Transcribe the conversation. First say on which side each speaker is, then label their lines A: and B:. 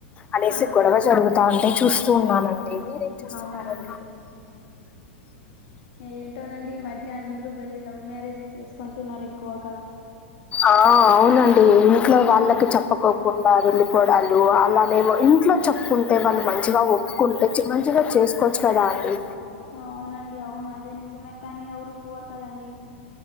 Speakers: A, on the left; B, on the left.
A: అనేసి
B: ఆహా
A: గొడవ జరుగుతా ఉంటే చూస్తూ ఉన్నానండి మీరేం చేస్తున్నారండి
B: అవునా అండి ఏంటోనండి ఈ మధ్య అందరు బరే లవ్ మ్యారేజెస్ జేస్కుంటున్నారెక్కువగా
A: అ <unintelligible> ఆ అవునండి ఇంట్లో వాళ్ళకి చెప్పకోకుండా వెళ్ళి పోడాలు అలానేమొ ఇంట్లో చొప్కుంటే వాళ్ళు మంచిగా ఒప్పుకుంటే మంచిగా చేసకోచ్చు కదా అండి
B: అవునండి అవును అదే నిజమే కానీ ఎవురు పోరు కదండి